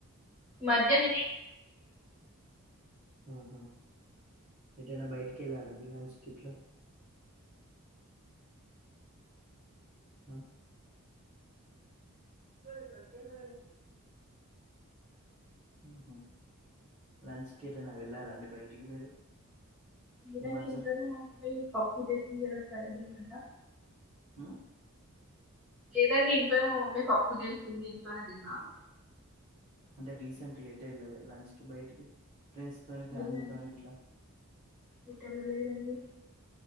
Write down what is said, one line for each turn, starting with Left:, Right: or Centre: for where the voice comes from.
Centre: మధ్యన నేం
Right: ఓ హ్మ్ ఎటైనా బయటికి వెళ్ళారాండి లంచ్ కిట్లా అ <unintelligible> తింటా హ్మ్ హు లంచ్ కి ఎటైనా వెళ్ళారా అండి బయటికి మీరు
Centre: లేదండి
Right: ఈ మధ్య
Centre: ఇంట్లోనే మా మమ్మీ పప్పు చేసింది ఇయాల ఫ్రైడే గదా
Right: హ్మ్
Centre: లేదండి ఇంట్లోనే మా మమ్మీ పప్పు జేసింది ఇంట్లోనే తిన్నాను
Right: అంటె రీసెంట్ గా ఎటెళ్ళలె లంచ్ కి బయటికి ఫ్రెండ్స్ తోని ఫ్యామిలీతోని
Centre: లేదండి
Right: గిట్లా
Centre: ఎటు వెళ్ళలేదండి